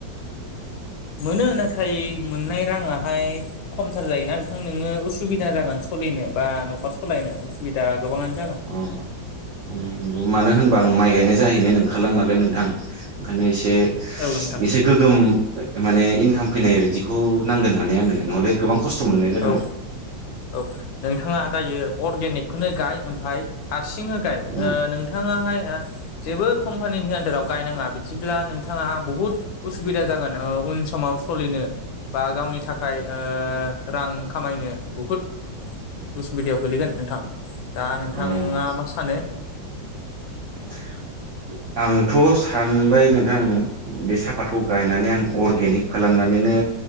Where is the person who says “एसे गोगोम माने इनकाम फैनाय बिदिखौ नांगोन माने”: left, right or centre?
Right